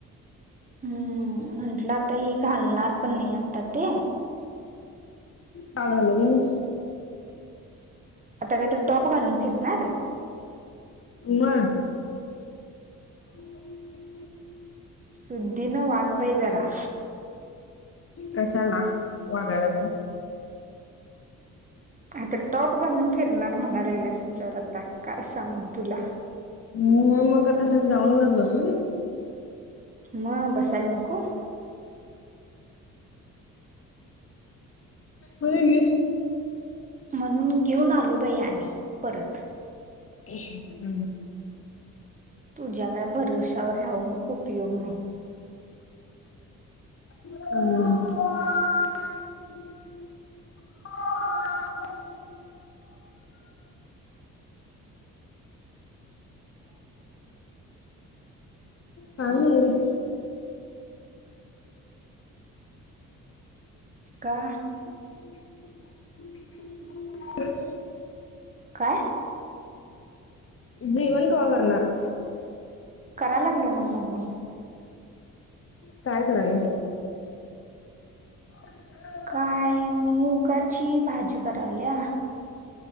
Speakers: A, on the right; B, on the left.
A: हम्म, म्हंटलं आता हि घालणार पण नाही आता ते,
B: का घालू नाही.
A: आता काय तु टॉप घालून फिरणार.
B: मग. ह <unintelligible>
A: सुुद्धीन वाग बै जरा.
B: कशाला, वागायला तेऽ
A: आता टॉप घालून फिरणार म्हणाय लागल्यास म्हटल्यावर, आता काय सांगू तुला.
B: हम्म, मग तसच गाऊन वरच बसु.
A: मग, बसायला नको.
B: होय गं.
A: म्हणून घेऊन आलो बाई आणी परत.
B: हम्म.
A: तुझ्या काय भरोवश्यावर, राहून उपयोग नाही.
B: हम्म. <unintelligible>
A: ह <unintelligible>
B: काय नाही बै.
A: का?
B: ह <unintelligible>
A: काय?
B: जेवन कवा करणार?
A: कराय लागल्यानवं मम्मी.
B: काय कराल्या? अच <unintelligible>
A: काय, मुगाची भाजी कराल्या.